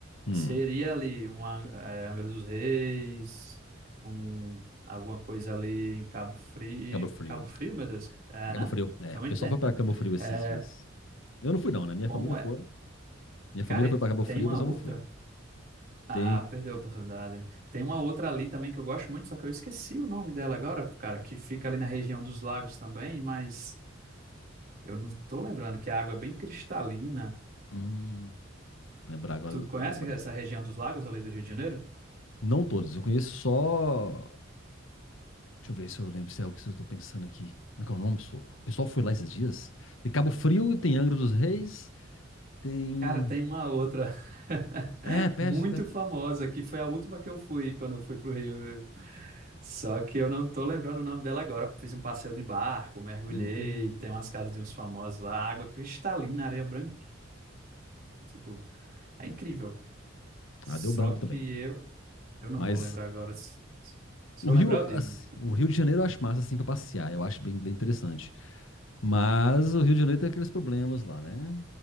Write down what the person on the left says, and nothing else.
Hum,
Cabo Frio.
É
Cabo Frio, é.
O pessoal
foi pra Cabo Frio esses
dias. Eu não fui, não, né? Minha
família foi.
Minha
família
foi pra
Cabo Frio,
mas
eu não fui. Tem.
Hum, lembrar agora
deu branco.
Não todos, eu conheço só. Deixa eu ver se eu lembro se é o que eu tô pensando aqui. Como é que é o nome, sou? O pessoal foi lá esses dias. Tem Cabo Frio, tem Angra dos Reis, tem.
É, perto,
perto.
Hum,
ah, deu branco
também.
Mas
o
Rio,
assim, o Rio de Janeiro eu acho massa assim pra passear. Eu acho bem, bem interessante. Mas o Rio de Janeiro tem aqueles problemas lá, né?